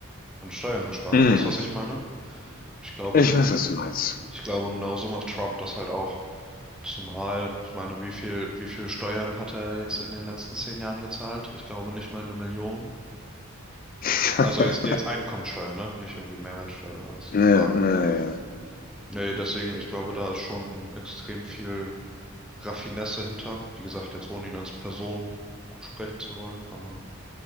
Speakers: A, in the centre; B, on the left.
A: an Steuern gespart.
B: hm.
A: Weißt du, was ich meine? Ich glaube,
B: Ich
A: gen-
B: weiß, was du meinst.
A: ich glaube, genauso macht Trump das halt auch. Zumal, ich meine, wie viel, wie viel Steuern hat er jetzt in den letzten zehn Jahren gezahlt? Ich glaube nicht mal eine Million.
B: <laughs>
A: Also jetzt, jetzt Einkommensteuer, ne? Nicht irgendwie Mehrwertsteuer oder was.
B: Ja,
A: Aber
B: ja, ja.
A: nee, deswegen, ich glaube, da ist schon extrem viel Raffinesse hinter. Wie gesagt, jetzt ohne ihn als Person gut sprechen zu wollen, aber